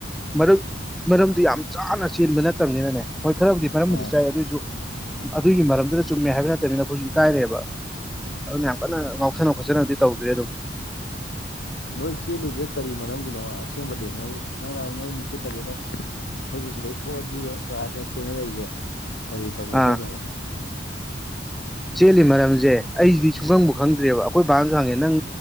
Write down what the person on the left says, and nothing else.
ꯑ
ꯅꯣꯏ ꯆꯦꯜꯂꯨꯏꯁꯦ ꯀꯔꯤ ꯃꯔꯝꯒꯤꯅꯣ ꯑꯁꯦꯡꯕꯗꯤ ꯅꯣꯏ ꯅꯣꯏ ꯅꯍ ꯅꯣꯏ ꯅꯤꯐꯨ ꯇꯔꯦꯠ ꯑꯩꯈꯣꯏꯁꯦ ꯁꯤꯗꯩ ꯊꯣꯛꯑꯟꯁꯤꯒ ꯀ ꯍꯥꯏꯗꯅ ꯆꯦꯟꯅꯔꯛꯏꯁꯦ ꯀꯔꯤ ꯇꯧꯒꯗꯣꯏꯅꯣꯕ